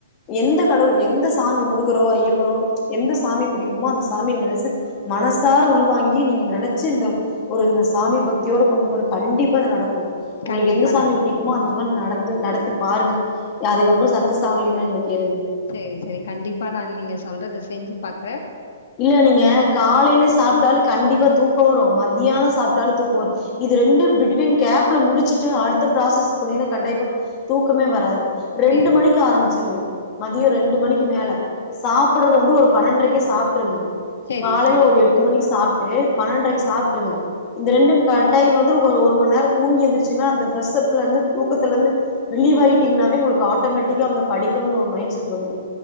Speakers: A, on the left; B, on the left.
A: எந்த கடவுள் எந்த சாமி முருகரோ ஐயப்பரோ எந்த சாமி புடிக்குமோ அந்த சாமிய நெனச்சு மனசார உள்வாங்கி நீங்க நெனச்சு இந்த ஒரு இந்த சாமி பக்தியோட கொண்டு போற கண்டிப்பா அது நடக்கோ உங்ளுக்கு
B: கண்டிப்பா
A: எந்த சாமி
B: நா
A: புடிக்கு மோ அதெல்லா நடந்து நடத்தி பாருங்க அதுக்கப்றோ சக்ஸஸ் ஆகலின்னா என்ன கேளுங்க
B: செரி செரி கண்டிப்பா நா நீங்க சொல்றத செஞ்சு பாக்குற
A: இல்ல நீங்க காலையில சாப்ட்டாலு கண்டிப்பா தூக்கோ வரு மத்தியானோ சாப்ட்டாலு தூக்கம் வரு இது ரெண்டு பிட்வீன் கேப்ல முடிச்சிட்டு அடுத்த ப்ராசஸ் பண்ணிங்க கண்டயப்ப தூக்கமே வராது ரெண்டு
B: சேரி
A: மணிக்கு ஆரம்பிச்சிருங்க மதியோ ரெண்டு மணிக்கு மேல சாப்புடுறது வந்து ஒரு பன்னென்றரைக்கு சாப்ட்டுருங்க
B: சேரி
A: காலையில
B: சேரி
A: ஒரு எட்டு மணிக்கு சாப்ட்டு பன்னென்ரைக்கு சாப்ட்டுருங்க இந்த ரெண்டு கட்டாயோ <unintelligible> ஒரு மணி நேரோ தூங்கி எழுந்துச்சிங்கனா அந்த ஃப்ரெஷப்லருந்து தூக்கத்துல இருந்து ரிலீவ் ஆயிட்டிங்கனாவே உங்களுக்கு ஆட்டோமேட்டிக்கா வந்து படிக்கணும்னு ஒரு மைண்ட் செட் வந்துடு